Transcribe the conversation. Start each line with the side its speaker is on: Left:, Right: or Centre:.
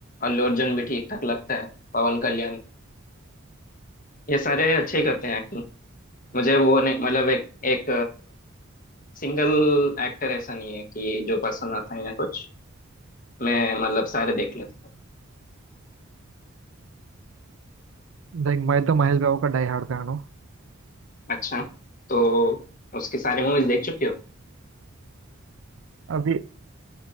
Left: अल्लू अर्जुन भी ठीक ठाक लगता है पवन कल्याण ये सारे अच्छे ही करते हैं एक्टिंग मुझे वो नहीं मतलब एक एक सिंगल एक्टर ऐसा नहीं है कि जो पसंद आता है या कुछ मैं मतलब सारे देख लेता हूँ
Right: देख मैं तो महेश बाबू का डाई हार्ड फैन हूँ
Left: अच्छा तो उसकी सारी मूवीज देख चुके हो
Right: अभी